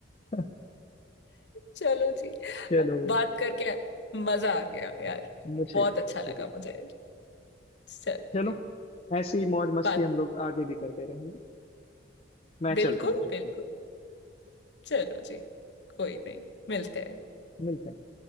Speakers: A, on the left (about 35°); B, on the left (about 70°).
A: <laughs>
B: चलो जी
A: चलो
B: अब बात करके मजा आ गया यार
A: मुझे
B: बहुत
A: भी मुझे
B: अच्छा लगा
A: भी
B: मुझे सर
A: चलो
B: जी
A: ऐसी मौज मस्ती
B: बात
A: हम लोग आगे भी करते रहेंगे मैं चलता
B: बिल्कुल
A: हूँ जब
B: बिल्कुल
A: तक
B: चलो जी कोई नहीं मिलते हैं
A: मिलते हैं